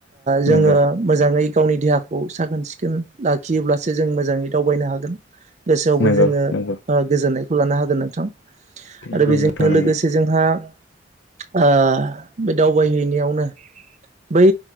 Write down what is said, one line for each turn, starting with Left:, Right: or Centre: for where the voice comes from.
Right: जोङो
Left: नंगौ
Right: मोजाङै गावनि देहाखौ साखोन सिखोन लाखियोब्लासो जों मोजाङै दावबायनो हागोन गोसोआवबो
Left: नंगौ
Right: जोङो
Left: नंगौ
Right: गोजोननायखौ लानो हागोन नोंथां
Left: नंगौ
Right: आरो बेजोंनो
Left: नोंथां नंगौ
Right: लोगोसे जोंहा ओ बे दावबायहैनायावनो बै